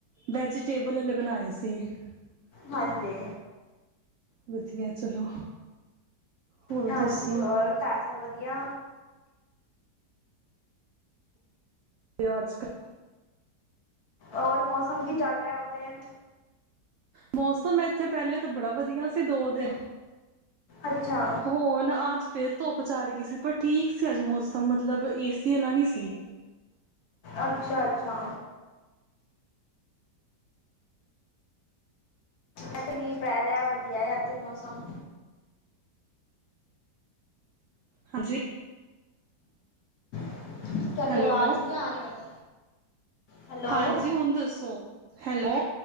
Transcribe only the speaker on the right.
ਵੈਜੀਟੇਬਲ ਵਾਲੇ <unintelligible>
ਵਧੀਆ। ਚਲੋ ਹੋਰ
ਦੱਸੋ।
ਅੱਜ ਕੱਲ
ਮੌਸਮ ਇ ਉਥੇ ਪਹਿਲੇ ਤਾਂ ਬੜਾ ਵਧੀਆ ਸੀ ਦੋ ਦਿਨ
ਹੋਰ ਨਾ ਅੱਜ ਫੇਰ ਧੁੱਪ ਚੱੜ ਗਈ ਸੀ ਪਰ ਠੀਕ ਸੀ ਅੱਜ ਮੌਸਮ ਮਤਲਬ ਏਸੀ ਵਾਲਾ ਨੀ ਸੀ।
ਹਾਂਜੀ
ਹੈਲੋ
ਹਾਂਜੀ ਹੁਣ ਦੱਸੋ ਹੈਲੋ